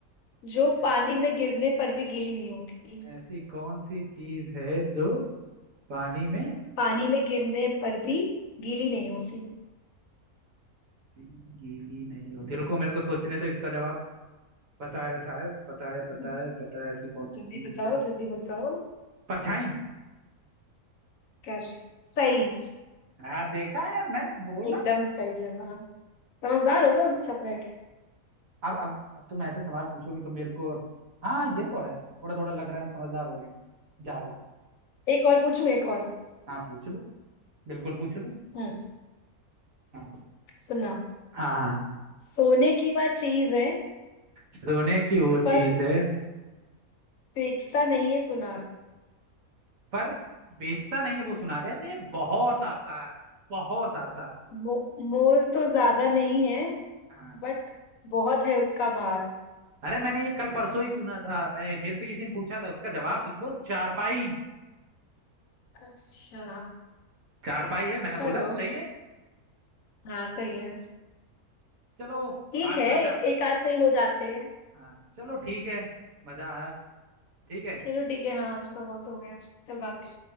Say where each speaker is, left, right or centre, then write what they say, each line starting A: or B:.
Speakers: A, on the left (about 70°); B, on the right (about 65°).
A: जो
B: हो
A: पानी में गिरने पर भी गीली नहीं होती
B: ऐसी कौन सी चीज है जो पानी में
A: पानी में गिरने पर भी गीली नहीं होती
B: गीली नहीं होती रुको मेरे को सोचने दो इसका जवाब पता है शायद पता है पता
A: हम्म,
B: है पता है ऐसी कौन सी
A: जल्दी
B: चीज
A: बताओ
B: है
A: जल्दी बताओ
B: परछाई
A: कर सही
B: हाँ देखा है मैंने बोला
A: एकदम सही जवाब समझदार हो गए हो मेरे साथ रह के
B: अब अब अब तुम ऐसे सवाल पूछोगी तो मेरे को हाँ ये तो है थोड़ा थोड़ा लग रहा है मैं समझदार हो गया हूँ ज्यादा
A: एक और पूछूं एक और
B: हाँ पूछ लो बिल्कुल पूछ लो
A: हम्म
B: हाँ
A: सुनना
B: हाँ हाँ
A: सोने की वह चीज है
B: सोने की वो
A: पर
B: चीज है
A: बेचता नहीं है सुनार
B: पर बेचता नहीं है वो सुनार यार ये बहुत आसान बहुत आसान
A: मो, मोल तो ज्यादा नहीं है
B: हाँ
A: बट बहुत है उसका भार
B: अरे मैंने ये कल परसों ही सुना था मैं मेरे से किसी ने पूछा था उसका जवाब सुन लो चारपाई
A: अच्छा
B: चारपाई है मैंने
A: चलो
B: बोला ना सही है
A: हाँ सही है
B: चलो
A: ठीक
B: आज
A: है
B: मजा
A: एक, एक आध सही हो जाते हैं
B: हाँ चलो ठीक है मजा आया ठीक है
A: चलो ठीक है हाँ आज का बहुत हो गया कल बात